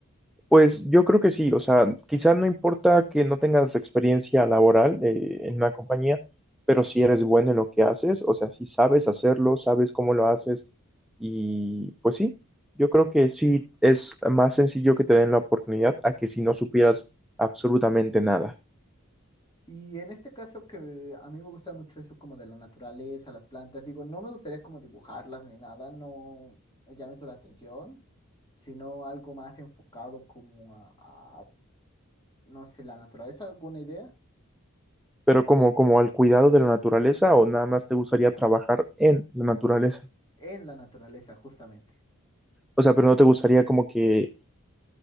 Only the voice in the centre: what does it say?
Pues yo creo que sí, o sea, quizás no importa que no tengas experiencia laboral eh, en una compañía, pero si eres bueno en lo que haces, o sea, si sabes hacerlo, sabes cómo lo haces y pues sí, yo creo que sí es más sencillo que te den la oportunidad a que si no supieras absolutamente nada.
Pero como como al cuidado de la naturaleza o nada más te gustaría trabajar en la naturaleza,
o sea, pero no te gustaría como que